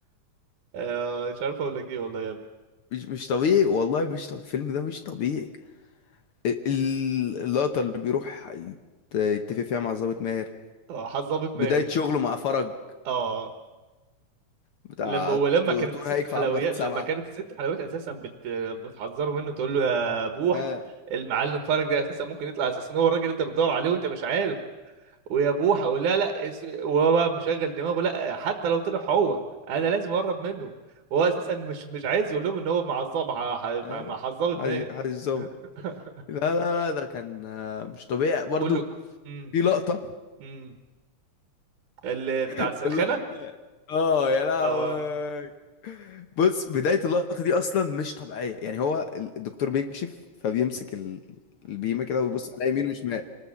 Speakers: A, on the right; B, on the left.
A: آه مش عارف اقول لك ايه والله يا ابني
B: مش مش طبيعي والله مش طبيعي الفيلم ده مش طبيعي ال- ال- اللقطة اللي بيروح يت- يتفق فيها مع ضابط ماهر
A: اه حظ ظابط ماهر
B: بداية شغله مع فرج
A: اه
B: بتاع
A: لما ولما
B: تو-
A: كانت
B: تور
A: الست
B: هيك
A: حلويات
B: في عنبر سبعة
A: لما كانت الست حلويات اساسا بت بتحذره منه تقول له يا بوح
B: آه.
A: المعلم فرج ده اساسا ممكن يطلع اساسا هو الراجل اللي انت بتدور عليه وانت مش عارف ويا بوحه ولا لا اس- وهو بقى مشغل دماغه لا حتى لو طلع هو انا لازم اقرب منه هو اساسا <laughs> مش مش عايز يقول لهم ان هو معصب
B: آه.
A: معصب
B: عايز
A: دماغ
B: عايز الظابط
A: <laughs>
B: لا لا لا ده كان آه، مش طبيعي برضو
A: كله امم
B: في لقطة
A: امم اللي بتاع
B: <laughs>
A: السرخانه
B: اللقطة اه يا لهوي
A: اه
B: بص بداية اللقطة دي أصلا مش طبيعية يعني هو الدكتور بيكشف فبيمسك ال- البيمة كده ويبص على يمين وشمال